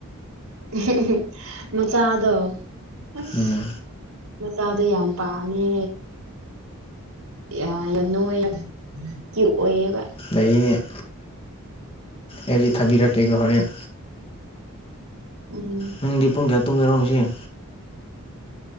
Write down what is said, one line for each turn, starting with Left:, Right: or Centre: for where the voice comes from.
Right: ꯑꯍꯨ ꯍꯨ ꯃꯆꯥꯗꯣ ꯑꯁ
Left: ꯎꯝ
Right: ꯃꯆꯥꯗꯣ ꯌꯥꯝ ꯄꯥꯝꯃꯦ ꯌꯥꯅ ꯅꯣꯏꯌ ꯀ꯭ꯌꯨ ꯑꯣꯏꯌꯦꯕ
Left: ꯂꯩꯅꯦ ꯑꯩꯗꯤ ꯊꯥꯕꯤꯔꯛꯀꯦꯒ ꯍꯣꯔꯦꯟ
Right: ꯎꯝ
Left: ꯅꯪꯗꯤ ꯄꯨꯡ ꯀ꯭ꯌꯥ ꯇꯨꯝꯒꯦꯔꯣ ꯍꯧꯖꯤꯛ